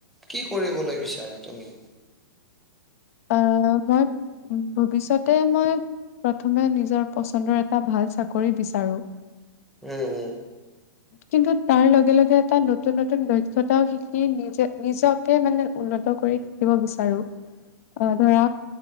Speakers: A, in the centre; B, on the left.
A: কি কৰিবলৈ বিচাৰা তুমি?
B: আহ, মই ভৱিষ্যতে মই প্ৰথমে নিজৰ পচন্দৰ এটা ভাল চাকৰি বিচাৰো।
A: উম, উম।
B: কিন্তু তাৰ লগে লগে এটা নতুন নতুন দক্ষতাও শিকি নিজে নিজকে মানে উন্নত কৰি থাকিব বিচাৰো। অ', ধৰা